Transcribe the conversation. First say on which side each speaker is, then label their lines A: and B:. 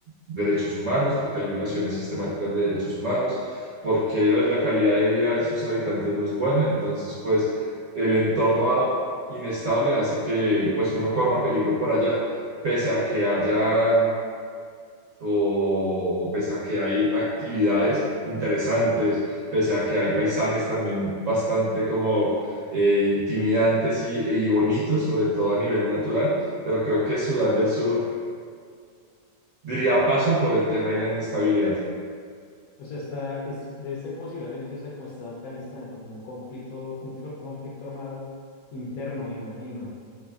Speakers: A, on the right; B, on the left.
A: derechos humanos, porque hay violaciones sistemáticas de derechos humanos, porque la calidad de vida en sus habitantes no es buena. Entonces, pues el entorno a- inestable hace que pues uno corra peligro por allá pese a que haya o, o pese a que hay actividades interesantes, pese a que hay paisajes también bastante como eh, intimidantes y, y bonitos, sobre todo a nivel natural, pero creo que Sudán del Sur diría paso por el tema de la inestabilidad.
B: O sea, está, es, debe ser como similar entonces a como está Afganistán, como un conflicto, un flo- conflicto armado interno, me imagino.